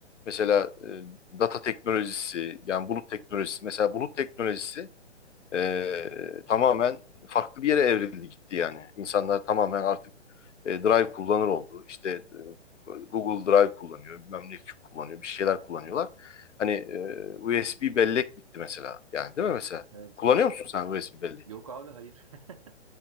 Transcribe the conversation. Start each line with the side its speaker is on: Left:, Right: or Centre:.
Left: mesela e, data teknolojisi yani bulut teknolojisi mesela bulut teknolojisi e, tamamen farklı bir yere evrildi gitti yani. İnsanlar tamamen artık e, Drive kullanır oldu. İşte e, Google Drive kullanıyor, bilmem ne kullanıyor, bir şeyler kullanıyorlar. Hani e, USB bellek bitti mesela. Yani değil mi mesela?
Right: Evet.
Left: Kullanıyor musun sen USB bellek?
Right: Yok abi hayır. <laughs>